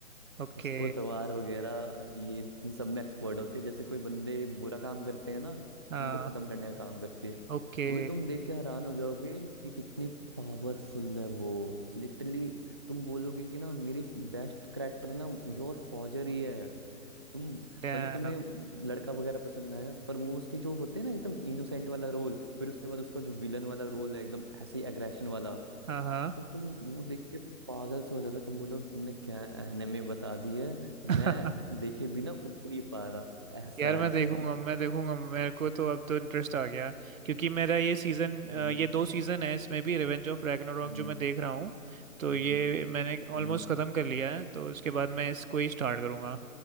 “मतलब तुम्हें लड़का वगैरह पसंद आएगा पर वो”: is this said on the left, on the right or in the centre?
Right